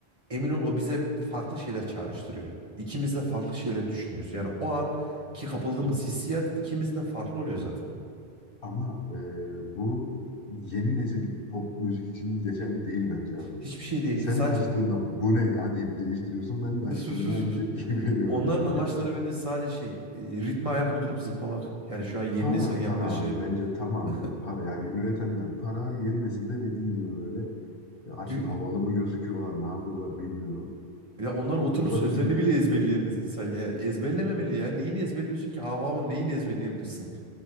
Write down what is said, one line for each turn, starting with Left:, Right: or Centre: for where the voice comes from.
Right: emin ol o bize farklı şeyler çağrıştırıyor. İkimiz de farklı şeyler düşünüyoruz. Yani o an ki kapıldığımız hissiyat ikimizin de farklı oluyor zaten.
Left: Ama e, bu yeni nesil pop müzik için geçerli değil bence abi.
Right: Hiçbir şey değil.
Left: Sen
Right: Sadece
Left: de açtığında bu ne ya deyip değiştiriyorsun. Ben
Right: <laughs>
Left: de açtığımda aynı tepkiyi <laughs> veriyorum
Right: onların
Left: yani.
Right: amaçları bence sadece şey, e, ritme ayak uydurup zıplamak. Yani şu an yeni
Left: Para,
Right: neslin yaptığı
Left: para
Right: şey.
Left: abi bence tamamen
Right: <laughs>
Left: para. Yani üretenler para. Yeni nesilde dediğin gibi böyle e, artık
Right: Ri-
Left: havalı mı gözüküyorlar, ne yapıyorlar bilmiyorum.
Right: Ya onlar oturup
Left: Ya
Right: sözlerini
Left: da bizim
Right: bile ezberleyemez insan ya. Ezberlememeli ya. Neyini ezberliyorsun ki? Hav havın neyini ezberleyebilirsin?